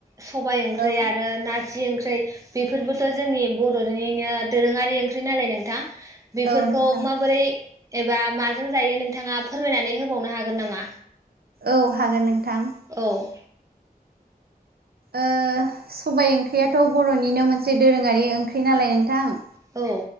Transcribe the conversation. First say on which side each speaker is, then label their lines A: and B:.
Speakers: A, on the right; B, on the right.
A: सबबाय ओंख्रि
B: औ
A: आरो ना थारजि ओंख्रै बेफोरबोथ' जोंनि बर'निनो दोरोङारि ओंख्रि नालाय नोंथां बेफोरखौ
B: औ नोंथां
A: माबोरै एबा माजों जायो नोंथाङा फोरमायनानै होबावनो हागोन नामा?
B: औ हागोन नोंथां।
A: औ
B: ओ सबाय ओंख्रियाथ' बर'निनो मोनसे दोरोङारि ओंख्रि नालाय नोंथां।
A: औ